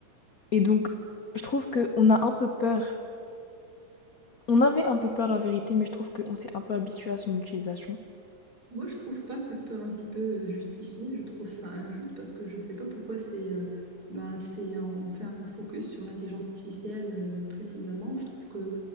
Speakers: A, on the left; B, on the right.
A: Et donc, je trouve qu'on a un peu peur On avait un peu peur, la vérité, mais je trouve qu'on s'est un peu habitué à son utilisation.
B: Moi, je trouve pas cette peur un petit peu euh, justifiée, je trouve ça injuste parce que je sais pas pourquoi c'est euh, ben, c'est on fait un focus sur l'intelligence artificielle euh, précisément. Je trouve que